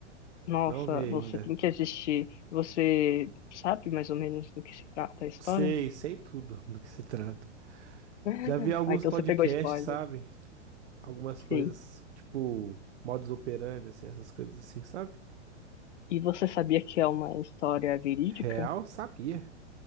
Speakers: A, on the left (about 75°); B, on the right (about 70°).
A: Nossa,
B: Não vi ainda.
A: você tem que assistir. Você sabe mais ou menos do que se trata a história?
B: Sei, sei tudo <laughs> do que se trata.
A: <laughs>
B: Já vi alguns
A: Ah, então
B: podcasts,
A: você pegou spoiler.
B: sabe? Algumas coisas,
A: Sim.
B: tipo, modus operandi, assim, essas coisas assim, sabe?
A: E você sabia que é uma história verídica?
B: Real, sabia.